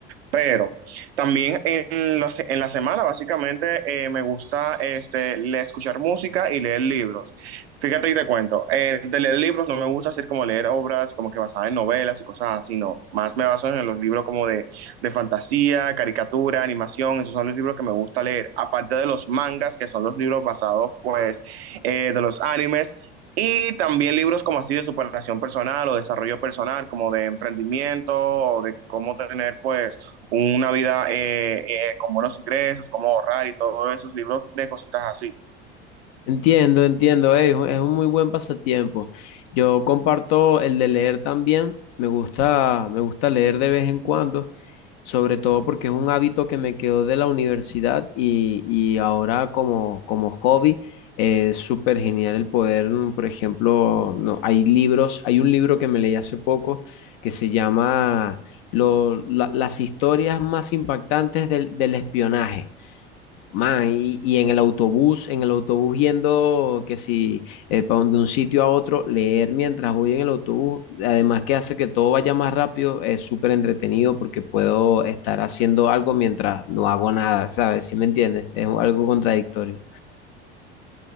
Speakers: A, on the right; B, on the left.
A: Pero también en, la se- en la semana, básicamente, eh, me gusta este, le- escuchar música y leer libros. Fíjate y te cuento, eh, de leer libros no me gusta hacer como leer obras como que basadas en novelas y cosas así, no. Más me baso en los libros como de, de fantasía, caricatura, animación, esos son los libros que me gusta leer. Aparte de los mangas, que son los libros basados, pues, eh, de los animes. Y también libros como así de superación personal o desarrollo personal, como de emprendimiento o de cómo tener, pues, una vida eh, eh, con buenos ingresos, cómo ahorrar y todos esos libros de cositas así.
B: Entiendo, entiendo, eh, es un es un muy buen pasatiempo. Yo comparto el de leer también. Me gusta, me gusta leer de vez en cuando, sobre todo porque es un hábito que me quedó de la universidad y, y ahora como, como hobby eh, es súper genial el poder, mm, por ejemplo, no, hay libros, hay un libro que me leí hace poco que se llama lo- la- Las historias más impactantes del del espionaje. Man, y, y en el autobús, en el autobús yendo, que si eh, pa' un- de un sitio a otro, leer mientras voy en el autobús, además que hace que todo vaya más rápido, es súper entretenido porque puedo estar haciendo algo mientras no hago nada, ¿sabes? ¿Sí me entiendes? Es un- algo contradictorio.